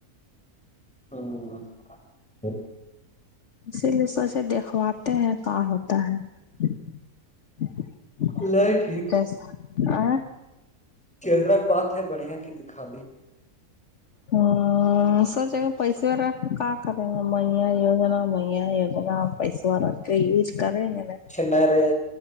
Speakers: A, in the centre; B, on the left.
A: ہوں
B: اسی لیے سوچے دیکھواتے ہیں کا ہوتا ہے <unintelligible>
A: کولے ٹھیک
B: اس آ
A: چلرا پات ہے بڑیا کی دکھا دے
B: ہوں سوچے گا پیسے ویرا کیا کریں گا میا وجنا میں یجنا پیسوں آا کے یز کریں گےنا
A: نہ رے